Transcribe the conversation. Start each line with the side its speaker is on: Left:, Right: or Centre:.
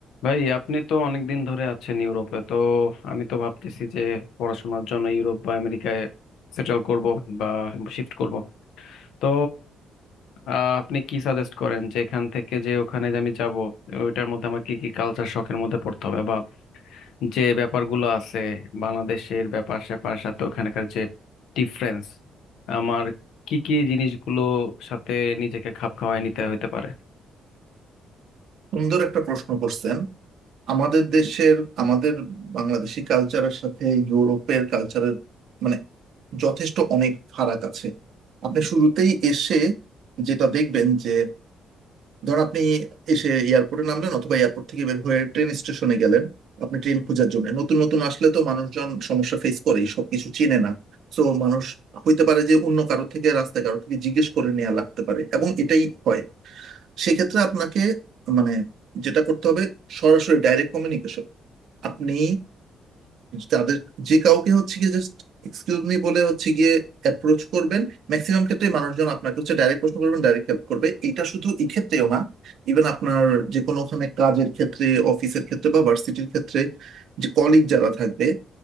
Left: ভাই আপনি তো অনেকদিন ধরে আছেন ইউরোপে তো আমি তো ভাবতেছি যে পড়াশোনার জন্য ইউরোপ বা আমেরিকায় সেটেল করব বা শিফট করব তো আহ, আপনি কি সাজেস্ট করেন যে এখান থেকে যে ওখানে যে আমি যাব ওইটার মধ্যে আমার কি কি কালচার শখের মধ্যে পড়তে হবে বা যে ব্যাপারগুলো আছে বাংলাদেশের ব্যাপার স্যাপার সাথে ওখানকার যে ডিফারেন্স আমার কি কি জিনিসগুলো সাথে নিজেকে খাপ খাওয়ায় নিতে হতে পারে
Right: সুন্দর একটা প্রশ্ন করছেন আমাদের দেশের আমাদের বাংলাদেশি কালচারের সাথে ইউরোপের কালচারের মানে যথেষ্ট অনেক ফারাক আছে আপনি শুরুতেই এসে যেটা দেখবেন যে ধর আপনি এসে এয়ারপোর্টে নামলেন অথবা এয়ারপোর্ট থেকে বের হয়ে ট্রেন স্টেশনে গেলেন আপনি ট্রেন খোঁজার জন্য নতুন নতুন আসলে তো মানুষজন সমস্যা ফেস করেই সবকিছু চেনে না তো মানুষ হইতে পারে যে অন্য কারো থেকে রাস্তায় কারো থেকে জিজ্ঞেস করে নেওয়া লাগতে পারে এবং এটাই হয় সেক্ষেত্রে আপনাকে মানে যেটা করতে হবে সরাসরি ডাইরেক্ট কমিউনিকেশন আপনি তাদের যে কাউকে হচ্ছে গিয়ে জাস্ট এক্সকিউজ মি বলে হচ্ছে গিয়ে অ্যাপ্রোচ করবেন ম্যাক্সিমাম ক্ষেত্রে মানুষজন আপনাকে হচ্ছে ডাইরেক্ট প্রশ্ন করবেন ডাইরেক্ট হেল্প করবে এটা শুধু এক্ষেত্রেও না ইভেন আপনার যে কোনো ওখানে কাজের ক্ষেত্রে অফিসের ক্ষেত্রে বা ভার্সিটির ক্ষেত্রে যে কলিগ যারা থাকবে